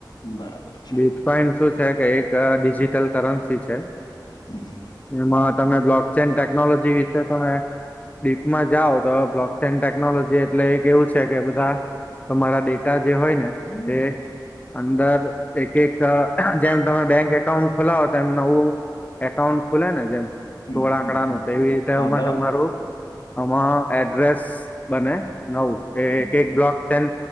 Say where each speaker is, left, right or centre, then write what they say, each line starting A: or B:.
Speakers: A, on the left; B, on the left.
A: બરાબર છે
B: બીટકોઈન શું છે કે એક ડિજિટલ કરન્સી છે
A: હમ
B: એમાં તમે બ્લોક ચેઇન ટેકનોલોજી વિશે તમે ડીપમાં જાઓ તો બ્લોક્સ એડ ટેકનોલોજી એટલે એક એવું છે કે બધા તોરા ડેટા જે હોય ને
A: હમ
B: તે અંદર એક એક જેમ તમે બેંક એકાઉન્ટ ખોલાવો તો એમ નવું એકાઉન્ટ ખુલે ને જેમ
A: હમ
B: સોળ આંકડાનું
A: હમ હમ
B: તો એવી રીતે
A: હા
B: અમાં
A: બરાબર
B: તમારું આમાં એડ્રેસ બને નવ એ
A: હમ
B: એક
A: હમ.
B: બ્લોક ચેન